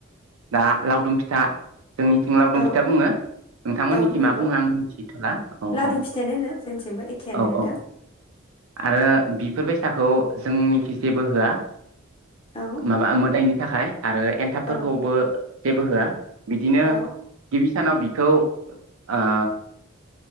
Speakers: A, on the right; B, on the left.
A: दा लावदुम फिथा जोंनि थिं लावदुम
B: औ
A: फिथा बुंङो नोंथांमोननिखि
B: औ नंगौ
A: मा बुंङो आं मिथिथ'ला औ
B: लावदुम
A: औ
B: फिथायानो होनो जोंथिंबो एखेयानो
A: औ
B: नोंथां
A: - औ आरो बिफोरबायदि साखौ जोंनिखि जेबो होआ
B: औ
A: माबा ओ मोदाइनि थाखाय आरो एनथाबफोरखौबो
B: औ
A: जेबो होआ बिदिनो
B: औ
A: गिबि सानाव बिखौ आ